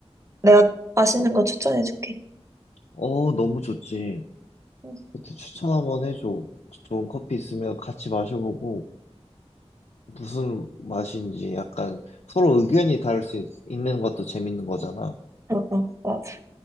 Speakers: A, on the right (about 25°); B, on the left (about 75°).
A: 내가 맛있는 거 추천해줄게.
B: 어, 너무 좋지.
A: 응,
B: 그때 추천 한번 해줘. 좋은 커피 있으면 같이 마셔보고 무슨 맛인지 약간 서로 의견이 다를 수 있, 있는 것도 재밌는 거잖아.
A: 어, 어, 맞아.